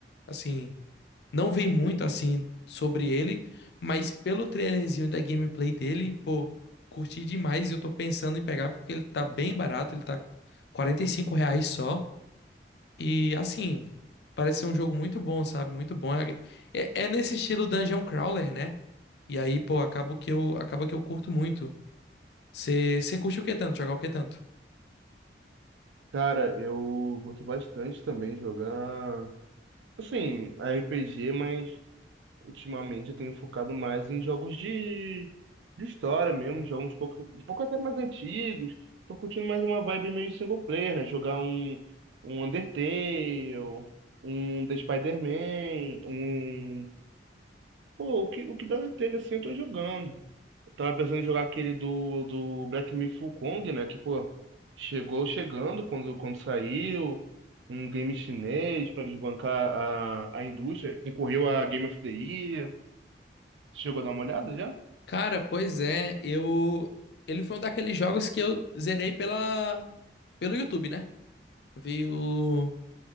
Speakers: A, on the left; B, on the right.
A: Assim, não vi muito, assim, sobre ele. Mas pelo trailerzinho da gameplay dele, pô, curti demais. E eu tô pensando em pegar porque ele tá bem barato. Ele tá R$ 45 reais só. E assim, parece ser um jogo muito bom, sabe? Muito bom. É, é é nesse estilo Dungeon Crawler, né? E aí, pô, acabo que eu, acaba que eu curto muito. Você curte o que tanto? Jogar o que tanto?
B: Cara, eu curto bastante também jogar, assim, RPG, mas ultimamente eu tenho focado mais em jogos de, de história mesmo, jogos um pouco, um pouco até mais antigos. Tô curtindo mais uma vibe meio single player, né? Jogar um, um Undertale, um The Spider-Man, um... Pô, o que, o que dá na telha assim eu tô jogando. Tava pensando em jogar aquele do, do Black Myth: Wukong, né? Que, pô, chegou chegando quando, quando saiu. Um game chinês pra desbancar a, a indústria. Concorreu a Game of the Year. Chegou a dar uma olhada já?
A: Cara, pois é, eu. Ele foi um daqueles jogos que eu zerei pela... pelo YouTube, né? Veio.